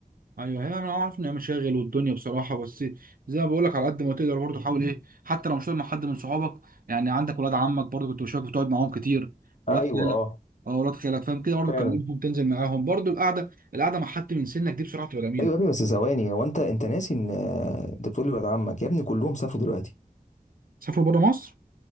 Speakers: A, on the right (about 75°); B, on the left (about 55°).
A: ايوه هي انا عارف ان هي مشاغل والدنيا بصراحه بس زي ما بقول لك على قد ما تقدر برضه حاول ايه حتى لو مش قاعد مع حد من صحابك يعني عندك ولاد عمك برضه كنت بشوفك بتقعد معاهم كتير ولاد
B: ايوه
A: خالك
B: اه
A: اه ولاد خالك فاهم كده برضه
B: فعلا
A: كلمهم تنزل معاهم برضه القعده القعده مع حد من سنك دي بصراحه بتبقى جميله
B: ايوه يا ابني بس ثواني هو انت انت ناسي ان آه، انت بتقول لي ولاد عمك يا ابني كلهم سافروا دلوقتي
A: سافروا بره مصر